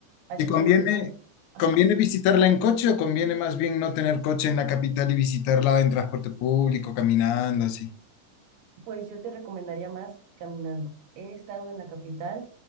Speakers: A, on the right; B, on the left.
A: Aquí,
B: ¿Y conviene,
A: bueno, ah,
B: conviene visitarla en coche o conviene más bien no tener coche en la capital y visitarla en transporte público, caminando así?
A: pues yo te recomendaría más caminando. He estado en la capital